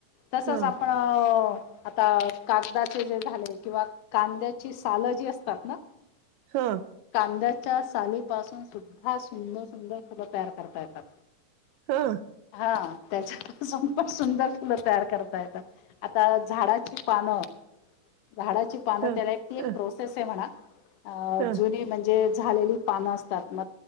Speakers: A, on the left (about 75°); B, on the right (about 75°).
A: तसच
B: ह
A: आपण तर आता कागदाचे जे झाले किंवा कांद्याची सालं जी असतात ना
B: हा
A: कांद्याच्या सालीपासून सुद्धा सुंदर सुंदर फुलं तयार करता येतात
B: हा
A: हा त्याच्याासून पण सुंदर फुलं तयार करता येतात आता झाडाची पानं झाडाची पान
B: ह
A: त्या एक
B: ह
A: प्रोसेस आहे म्हणा
B: ह ह
A: जु म्हणजे झालेली पान असतात म